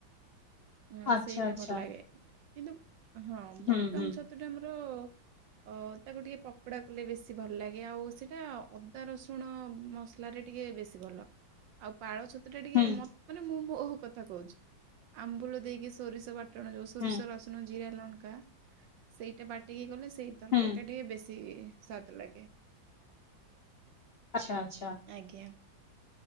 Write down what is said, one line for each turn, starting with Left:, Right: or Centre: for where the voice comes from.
Right: ହ
Left: ଆଚ୍ଛା
Right: ସେଇଟା
Left: ଆଚ୍ଛା।
Right: ଭଲ ଲାଗେ କିନ୍ତୁ ହଁ
Left: ହୁଁ
Right: ବଟମ
Left: ହୁଁ
Right: ଛତୁଟା ଆମର ଅ ତାକୁ ଟିକେ ପକୋଡ଼ା କଲେ ବେଶି ଭଲ ଲାଗେ ଆଉ ସେଇଟା ଅଦା ରସୁଣ ମସ୍ ଲାରେ ଟିକେ ବେଶୀ ଭଲ ଆଉ ପାଳ ଛତୁ ଟା ଟିକେ
Left: ହୁଁ
Right: ମ ମାନ ମୁଁ ମୋ କଥା କହୁଛି ଆମ୍ବୁଲ ଦେଇକି ସୋରିଷ ବାଟଣ ଯାଉ ସୋରିଷ
Left: ହୁଁ
Right: ରସ୍ ଉଣ ଜିରା ଲଙ୍କା ସେଇଟା ବାଟିକି କଲେ ସେଇ ତରକାରୀ
Left: ହୁଁ
Right: ଟା ଟିକେ ବେଶୀ ସ୍ୱାଦ ଲଗେ।
Left: ଆଚ୍ଛା ଆଚ୍ଛା।
Right: ଆଜ୍ଞା।